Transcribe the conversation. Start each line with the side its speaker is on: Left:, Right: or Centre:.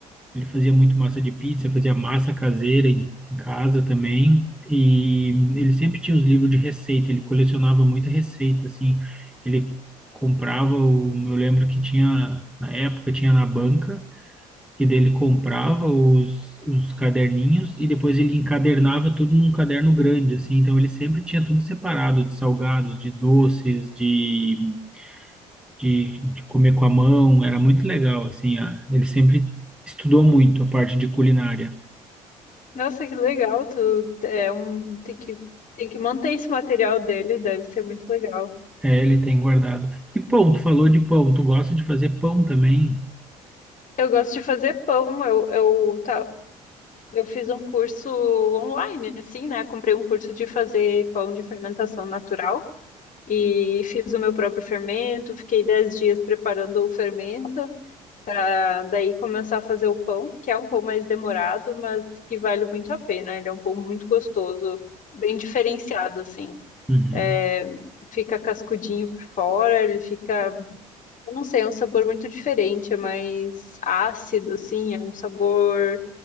Centre: ele fazia muito massa de pizza, fazia massa caseira em, em casa também, e ele sempre tinha os livros de receita, ele colecionava muita receita, assim, ele comprava, o, eu lembro que tinha, na época, tinha na banca, e dele comprava os, os caderninhos e depois ele encadernava tudo num caderno grande, assim. Então ele sempre tinha tudo separado de salgados, de doces, de de, de comer com a mão, era muito legal, assim, a- ele sempre estudou muito a parte de culinária.
Left: Nossa, que legal. Tu, é um, tem que, tem que manter esse material dele, deve ser muito legal.
Centre: É, ele tem guardado. E pão, tu falou de pão, tu gosta de fazer pão também?
Left: Eu gosto de fazer pão. Eu, eu, tá, eu fiz um curso online, assim, né? Comprei um curso de fazer pão de fermentação natural. e fiz o meu próprio fermento, fiquei 10 dias preparando o fermento, pra daí começar a fazer o pão, que é um pão mais demorado, mas que vale muito a pena. Ele é um pão muito gostoso, bem diferenciado, assim.
Centre: Uhum,
Left: É, fica cascudinho por fora, ele fica, eu não sei, é um sabor muito diferente, é mais ácido, assim, é um sabor